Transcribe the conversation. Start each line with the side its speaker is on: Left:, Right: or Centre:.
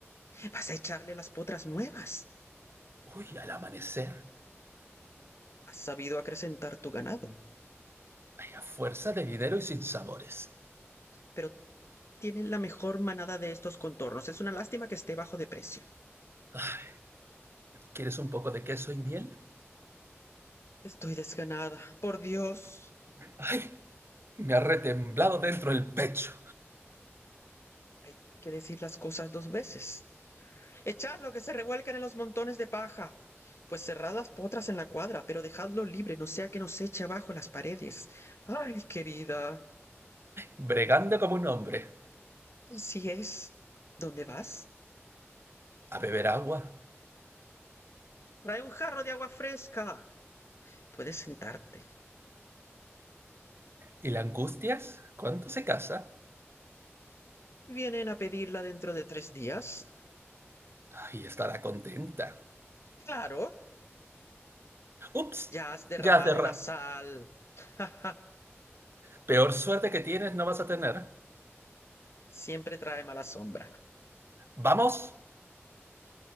Left: Vas a echarle las potras nuevas.
Right: Uy, al amanecer.
Left: Has sabido acrecentar tu ganado,
Right: Hay a fuerza de dinero y sin sabores.
Left: pero tienen la mejor manada de estos contornos. Es una lástima que esté bajo de precio.
Right: Ah, ¿Quieres un poco de queso y miel?
Left: Estoy desganada, por Dios.
Right: ¡Ay! Me ha retemblado dentro el pecho,
Left: Hay que decir las cosas dos veces. echadlo que se revuelcan en los montones de paja pues cerrad las potras en la cuadra pero dejadlo libre no sea que nos eche abajo las paredes ay querida
Right: bregando como un hombre.
Left: así es dónde vas
Right: a beber agua.
Left: trae un jarro de agua fresca puedes sentarte
Right: ¿Y la angustias? ¿Cuándo se casa?
Left: vienen a pedirla dentro de tres días
Right: Ay, estará contenta.
Left: claro
Right: Ups,
Left: ya has derramado
Right: ya cerré.
Left: la sal <laughs> ja ja
Right: Peor suerte que tienes no vas a tener.
Left: siempre trae mala sombra
Right: ¡Vamos!